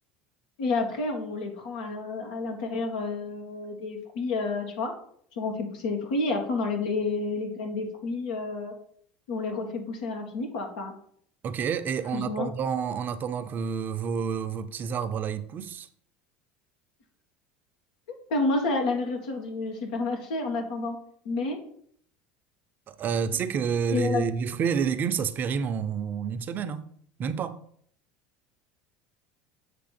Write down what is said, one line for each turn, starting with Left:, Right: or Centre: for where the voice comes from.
Left: Et après, on les prend à l'in- à l'intérieur euh, des fruits, euh, tu vois. Genre, on fait pousser les fruits et après, on enlève les, les graines des fruits euh, et on les refait pousser à l'infini, quoi. Enfin,
Right: ok. Et
Left: plus
Right: en attendant,
Left: ou moins.
Right: en attendant que vos, vos petits arbres, là, ils poussent,
Left: Enfin, au moins, c'est la nourriture du supermarché en attendant. Mais,
Right: euh, tu sais que les,
Left: et on l'a,
Right: les fruits et les légumes, ça se périme en, en une semaine, hein. Même pas.